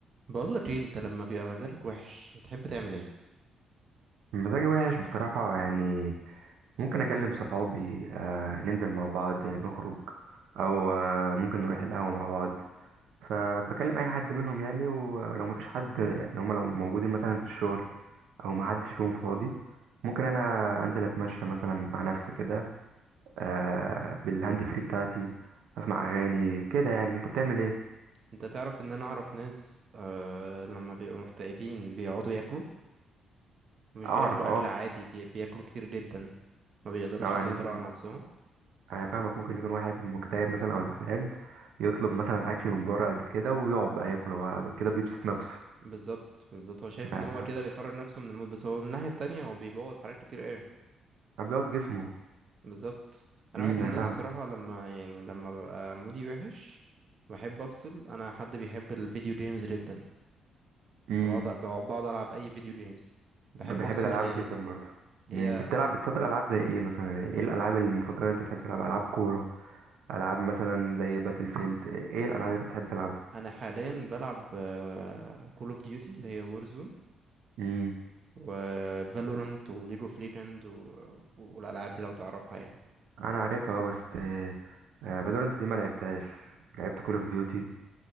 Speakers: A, on the right; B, on the right.
A: بقول لك ايه انت لما بيبقى مزاجك وحش بتحب تعمل ايه
B: مزاجي وحش بصراحة يعني ممكن أكلم صحابي آه ننزل مع بعض نخرج أو آه ممكن نروح القهوة مع بعض فبكلم أي حد منهم يعني ولو مفيش حد يعني هما لو موجودين مثلا في الشغل أو محدش فيهم فاضي ممكن أنا أنزل أتمشى مثلا مع نفسي كده آه بالهاند فري بتاعتي أسمع أغاني كده يعني أنت بتعمل إيه؟
A: انت تعرف ان انا اعرف ناس آه لما بيبقوا مكتئبين بيقعدوا ياكلوا مش
B: أعرف
A: بياكلوا
B: أقف
A: اكل عادي بي... بياكلوا كتير جدا ما بيقدروش
B: أه
A: يسيطروا
B: يعني ممكن
A: على نفسهم
B: انا فاهمك ممكن يكون واحد مكتئب مثلا او زعلان يطلب مثلا اكل من بره قد كده ويقعد بقى ياكل هو كده بيبسط نفسه
A: بالظبط بالظبط هو شايف ان
B: انا
A: هو
B: فاهم
A: كده بيخرج نفسه من المود بس هو من الناحية التانية هو بيبوظ حاجات كتير قوي
B: انا بيقعد جسمه
A: بالظبط انا
B: امم
A: واحد من
B: انا
A: الناس
B: فاهمك
A: بصراحة لما يعني لما ببقى مودي وحش بحب افصل انا حد بيحب الفيديو جيمز جدا
B: امم
A: فبقعد بقعد العب اي فيديو جيمز بحب
B: انا بحب
A: افصل
B: الالعاب
A: دماغي
B: جدا برضه
A: هي
B: امم انت بتلعب بتفضل العاب زي ايه مثلا ايه الالعاب المفضله اللي انت بتحب تلعبها العاب كوره العاب مثلا زي باتل فيلد ايه الالعاب اللي انت بتحب تلعبها
A: انا حاليا بلعب كول اوف ديوتي اللي هي وورزون
B: امم
A: وفالورانت وليج اوف ليجند والالعاب دي لو تعرفها يعني
B: انا عارفها اه بس آه، آه، فالورنت دي ما لعبتهاش لعبت كول اوف ديوتي